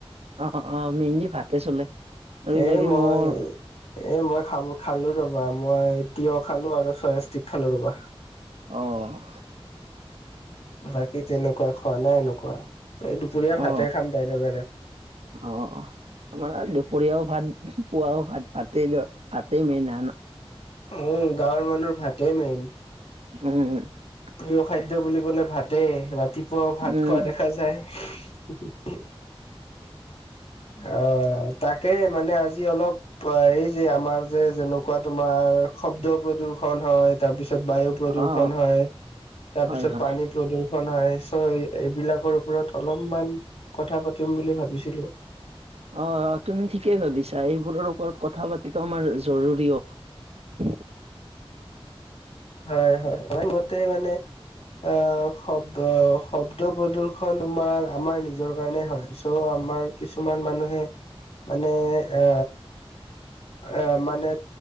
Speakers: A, on the right; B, on the left.
A: অ, অ মেইনলি ভাতে চলে আৰু বাকী
B: এ মই
A: মোৰ
B: এ মই খাবো খালো ৰ ৰবা মই তিয়হ খালো আৰু ছয়াষ্টিক খালো ৰবা
A: অ'।
B: বাকী তেনেকুৱা খোৱা নাই এনেকুৱা এই দুপৰীয়া
A: অ অ
B: ভাতে খাম তাইলে বাৰে
A: অ আমাৰ আৰু দুপৰীয়াও ভাত, পুৱাও ভাত, ভাতেই মেইন আৰু
B: উ গাঁৱৰ মানুহ ভাতেই মেইন
A: উম।
B: প্ৰিয় খাদ্য বুলি কলে ভাতেই ৰাতিপুৱাও ভাত
A: উম
B: খোৱা দেখা যায় উ। অ তাকে মানে আজি অলপ এই যে আমাৰ যে যেনেকুৱা তোমাৰ শব্দ প্ৰদূষণ হয় তাৰপিছত তিছত <unintelligible> বায়ু প্ৰদূষণ
A: অ
B: হয় তাৰপিছত
A: হয় হয়
B: পানী প্ৰদূষণ হয় নিশ্চয় এইবিলাকৰ ওপৰত অলপমান কথা পাতিম বুলি ভাবিছিলোঁ
A: অ তুমি ঠিকেই ভাবিছা এইবোৰৰ ওপৰত কথা পাতি আমাৰ <unintelligible> জৰুৰীও হয়।
B: হয়, হয়, হয়। মতে মানে অ শব্দ আহ শব্দ প্ৰদৰ্শন তোমাৰ আমাৰ নিজৰ কাৰণে হয় চ' আমাৰ কিছুমান মানুহে মানে এ এ মানে